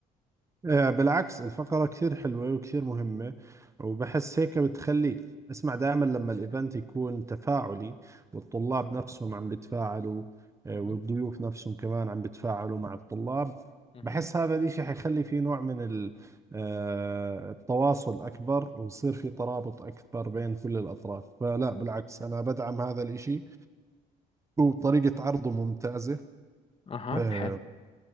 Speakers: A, on the right; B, on the left.
A: آه، بالعكس الفقرة كثير حلوة وكثير مهمة وبحس هيك بتخلي اسمع دائما لما الايفنت يكون تفاعلي والطلاب نفسهم عم بتفاعلوا آه،
B: مهم.
A: والضيوف نفسهم كمان عم بتفاعلوا مع الطلاب
B: مهم.
A: بحس هذا الاشي حيخلي في نوع من ال- آه، التواصل اكبر ويصير في ترابط اكبر بين كل الاطراف فلا بالعكس انا بدعم هذا الاشي وطريقة عرضه ممتازة
B: اها
A: آه،
B: حلو